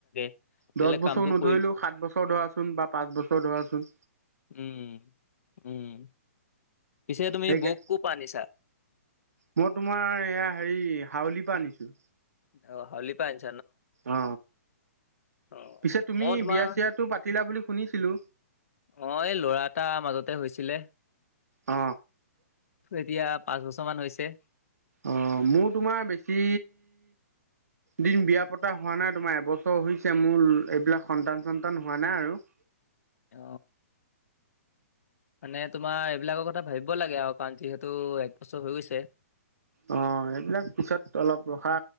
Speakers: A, on the left; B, on the right.
A: তেতিয়াহ'লে
B: দশ বছৰ
A: কামটো
B: নধৰিলেও
A: কৰি
B: সাত বছৰ ধৰাচোন বা পাঁচ বছৰ ধৰা ধৰা চোন
A: উম উম উম পিছে তুমি
B: সেইকে
A: বৌক কৰপা আনিছা?
B: মই তোমাৰ এয়া হেৰি, হাউলিৰ পৰা আনিছো।
A: অ, হওলি পা আনি
B: অ,
A: অ
B: পিছে তুমি
A: মই তোমাৰ
B: বিয়া চিয়াটো পাতিলা বুলি শুনিছিলো
A: অ, এই ল'ৰা এটা মাজতে হৈছিলে।
B: অ।
A: এতিয়া পাঁচ বছৰ মান হৈছে
B: অ, মোৰ তোমাৰ বেছি দিন বিয়া পতা হোৱা নাই তোমাৰ এবছৰ হৈছে মোৰ এইবিলাক সন্তান চন্তান হোৱা নাই আৰু <inaudible>
A: অ। মানে তোমাৰ, এইবিলাকৰ কথা ভাবিব লাগে আৰু কাৰণ যিহেতু একবছৰ হৈ গৈছে।
B: অ, এইবিলাক পিছত অলপ ৰখা